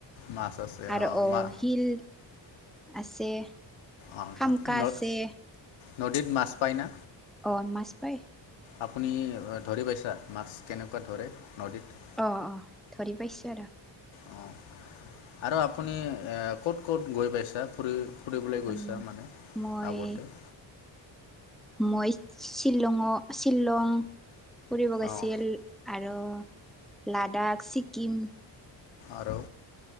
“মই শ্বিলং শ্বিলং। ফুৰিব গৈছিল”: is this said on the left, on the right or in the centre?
Centre